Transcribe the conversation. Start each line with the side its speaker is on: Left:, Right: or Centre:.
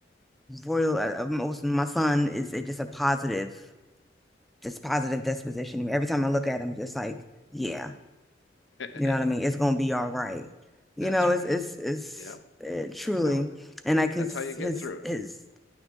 Centre: Royal, uh, uh, most my son is uh, just a positive this positive disposition. Every time I look at him, just like, yeah,
Left: Mm.
Centre: you know what
Left: <laughs>
Centre: I mean? It's gonna be all right. You
Left: That's
Centre: know,
Left: right.
Centre: it's it's it's
Left: Yep.
Centre: it, truly,
Left: That's how it
Centre: and like
Left: that's
Centre: his
Left: how you get
Centre: his
Left: through it.
Centre: his